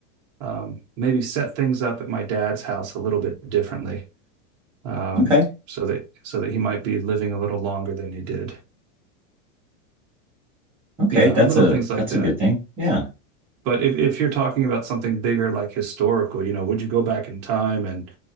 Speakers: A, on the right; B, in the centre.
A: um, maybe set things up at my dad's house a little bit differently. Um,
B: okay,
A: so that so that he might be living a little longer than he did.
B: okay,
A: You know,
B: that's
A: little
B: a
A: things like
B: that's
A: that.
B: a good thing. Yeah,
A: But if, if you're talking about something bigger, like historical, you know, would you go back in time and